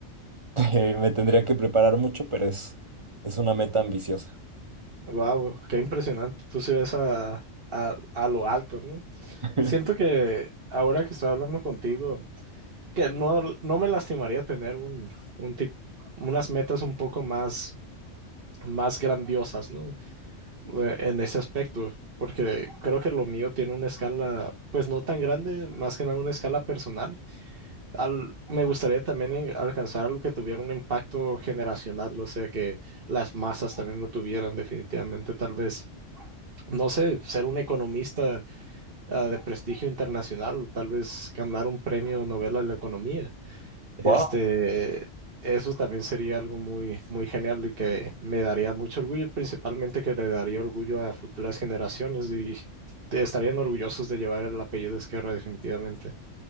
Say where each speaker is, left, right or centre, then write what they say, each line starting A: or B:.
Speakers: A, on the right; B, on the right.
A: <laughs> que me tendría que preparar mucho, pero es, es una meta ambiciosa.
B: Wow, qué impresionante. Tú se ves a, a, a lo alto, ¿no?
A: <laughs>
B: Siento que ahora que estoy hablando contigo, que no, no me lastimaría tener un, un tip- unas metas un poco más, más grandiosas, ¿no? eh, en ese aspecto, porque creo que lo mío tiene una escala, pues no tan grande, más que nada una escala personal. Al, me gustaría también en- alcanzar algo que tuviera un impacto generacional, o sea, que las masas también lo tuvieran definitivamente, tal vez. No sé, ser un economista, ah, de prestigio internacional, tal vez ganar un premio Nobel a la economía. Este,
A: Wow,
B: eso también sería algo muy, muy genial y que me daría mucho orgullo, principalmente que le daría orgullo a futuras generaciones y te- estarían orgullosos de llevar el apellido de Esquerra definitivamente.